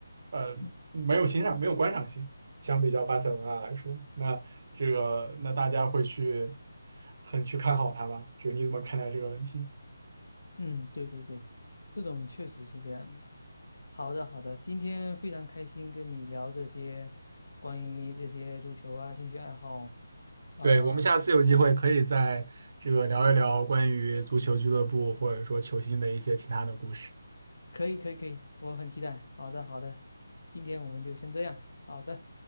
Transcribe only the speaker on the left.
嗯
嗯，对对对，这种确实是这样的。好的，好的，今天非常开心跟你聊这些关于这些足球啊兴趣爱好啊，
可以可以可以，我很期待。好的好的，今天我们就先这样。好的。